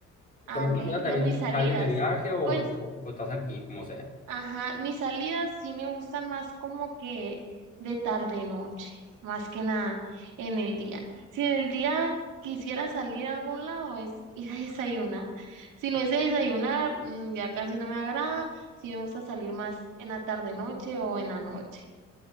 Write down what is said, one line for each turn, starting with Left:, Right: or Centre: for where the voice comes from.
Right: Ah,
Left: tomando
Right: ok.
Left: en cuenta también
Right: La- mis salidas.
Left: si sales de viaje o,
Right: Pues,
Left: o o estás aquí, como sea.
Right: ajá, mis salidas sí me gustan más como que de tarde noche, más que nada en el día. Si en el día quisiera salir a algún lado es ir a desayunar. Si no es de desayunar, mm, ya casi no me agrada. Sí me gusta salir más en la tarde noche o en la noche.